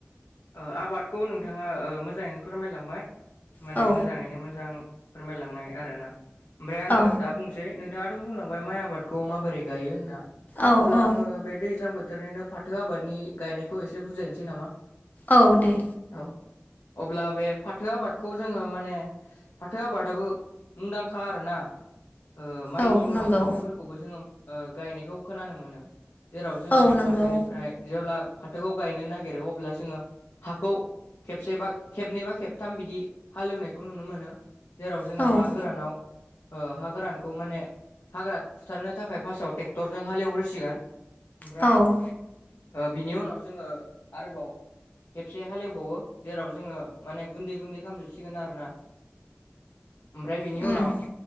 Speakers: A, on the left; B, on the left.
A: ओ आबादखौ नोंथाङा ओ मोजाङैनो फोरमायलांबाय माने
B: औ
A: मोजाङैनो मोजां फोरमायलांनाय आरो ना ओमफ्राय आङो
B: औ
A: दा बुं सै नोंथाङाथ' बुंलांबाय माइ आबादखौ माबोरै गायो होनना
B: औ
A: अब्ला
B: औ
A: आङो बे दैज्लां बोथोरनिनो फाथो आबादनि गायनायखौ एसे बुजायनोसै नामा
B: औ दे
A: औ अब्ला बे फाथो आबादखौ जोङो माने फाथो आबादाबो मुंदांखा आरोना ओ माइनि
B: औ
A: उनाव
B: नंगौ
A: फाथोफोर खौबो जोंङो गायनाय खोनानो मोनो जेराव जोंङो
B: औ
A: बे
B: नंगौ
A: फाथोनि फ्राय जेब्ला फाथोखौ गायनो नागिरो अब्ला जोङो हाखौ खेबसेबा खेबनैबा खेबथाम बिदि हालेवनायखौ नुनो मोनो जेराव जोङो
B: औ
A: हा गोरानाव हा गोरानखौ माने हाग्रा फुथारनो थाखाय फास्टाआव ट्रेक्टरजों हालेवग्रोसिगोन ओमफ्राय
B: औ
A: ओ बिनि उनाव जोङो आरोबाव खेबसे हालेवबावो जेराव जोङो माने गुन्दै गुन्दै खालामामजोबसिगोन आरो ना ओमफ्राय बिनि
B: उम
A: उनाव